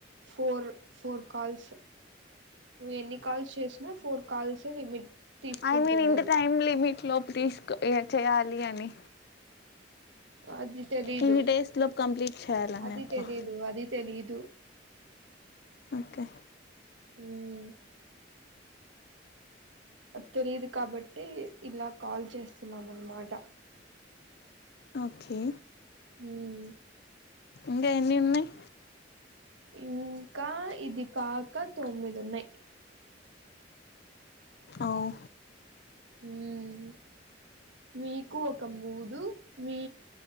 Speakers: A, on the right; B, on the left.
A: ఫోర్, ఫోర్ కాల్స్ నువ్వు ఎన్ని కాల్స్ చేసినా ఫోర్ కాల్సే లిమిట్ తీసుకుంటుంది
B: ఐ మీన్ ఇంత
A: అది
B: టైం లిమిట్ లోపు తీసుకో ఇగ చేయాలి అని
A: అది తెలీదు,
B: ఇన్ని డేస్ లోపు కంప్లీట్ చేయాలని
A: అది
B: అట్లా
A: తెలీదు, అది తెలీదు.
B: ఓకే
A: ఉమ్ అద్ తెలిదు కాబట్టే ఇలా కాల్ చేస్తున్నాం అన్నమాట.
B: ఓకే
A: ఉమ్
B: ఇంగ ఎన్ని ఉన్నయి?
A: ఇంకా ఇది కాక తొమ్మిదున్నయి
B: అహొ
A: ఉమ్ మీకు ఒక మూడు, మీ